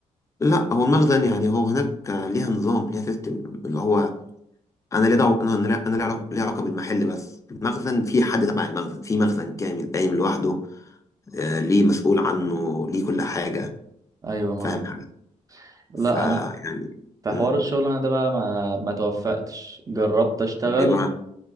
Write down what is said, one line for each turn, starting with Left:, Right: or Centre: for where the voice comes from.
Left: لا هو المخزن يعني هو هناك ليها نظام ليها سيستم اللي هو انا ليه دعوه انا لا- انا ليه علاقه ليه علاقه بالمحل بس المخزن في حد تبع المخزن في مخزن كامل قايم لوحده آه، ليه مسؤول عنه ليه كل حاجه
Right: ايوه معاك
Left: فاهم حاجه
Right: لا
Left: فيعني
Right: انا في
Left: مم.
Right: حوار الشغل انا ده بقى ما ما توفقتش جربت اشتغل
Left: دي بقى